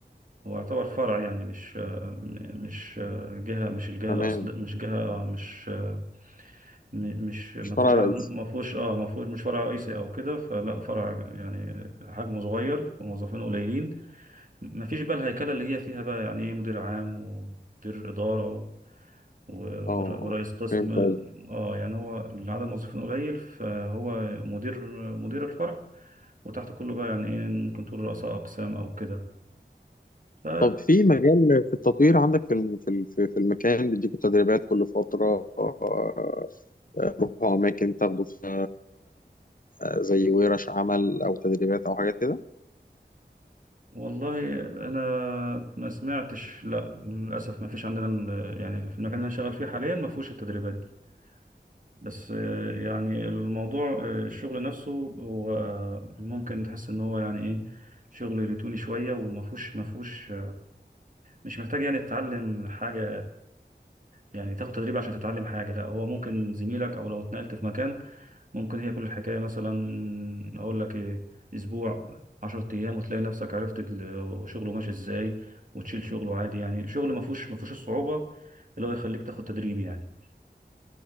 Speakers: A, on the right (about 45°); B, on the left (about 50°).
A: هو يعتبر فرع يعني مش آه، م- مش آه، جهة مش الجهة
B: تمام
A: الأصل مش جهة اه مش آه، م- مش ما
B: مش فرع
A: فيهوش عدد
B: رئيسي
A: ما فيهوش اه ما فيهوش مش فرع رئيسي او كده فلا فرع يعني حجمه صغير فموظفين قليلين ما فيش بقى الهيكلة اللي هي فيها بقى يعني ايه مدير عام ومدير إدارة و-
B: اه آه،
A: ور- ورئيس قسم
B: فهمت
A: اه يعني هو العدد الموظفين قليل فهو مدير مدير الفرع وتحت كله بقى يعني ايه ممكن تقول رؤساء اقسام او كده ف
B: طب في مجال في التطوير عندك في الم- في ال- في في المكان بيديكوا تدريبات كل فترة آه، روحوا أماكن تاخدوا في آه، زي ورش عمل أو تدريبات أو حاجات كده
A: والله انا ما سمعتش لا للاسف ما فيش عندنا ال- يعني في المكان اللي انا شغال فيه حاليا ما فيهوش التدريبات دي بس آه، يعني الموضوع آه، الشغل نفسه هو ممكن تحس ان هو يعني ايه شغل روتيني شويه وما فيهوش ما فيهوش مش محتاج يعني تتعلم حاجه يعني تاخد تدريب عشان تتعلم حاجة لا هو ممكن زميلك أو لو اتنقلت في مكان ممكن هي كل الحكاية مثلا أقول لك إيه أسبوع عشرة أيام وتلاقي نفسك عرفت ال- شغله ماشي إزاي وتشيل شغله عادي يعني شغل ما فيهوش ما فيهوش الصعوبة اللي هو يخليك تاخد تدريب يعني